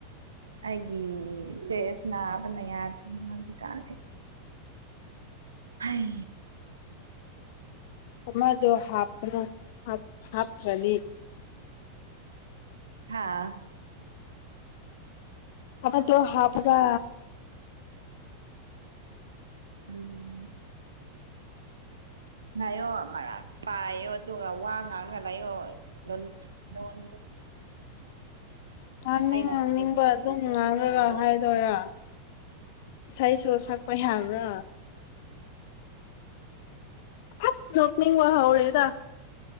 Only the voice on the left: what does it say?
ꯑꯃꯗꫭ ꯍꯥꯄꯅꫭ ꯍꯥꯇꯥꯔꯗꯤ
ꯑꯗꯨ ꯍꯥꯄꯥꯒꯥ
ꯉꯥꯡꯅꯤꯡ
ꯉꯥꯡꯅꯤꯡꯕ
ꯑꯗꯨꯝ
ꯉꯥꯡꯂꯒ
ꯍꯥꯏꯗꯣꯏꯔꯥ
ꯏꯁꯩꯁꯨ ꯁꯛꯄ ꯌꯥꯕ꯭ꯔꯥ ꯑꯁ ꯅꯣꯅꯤꯡ ꯍꯧꯔꯦꯗꯥ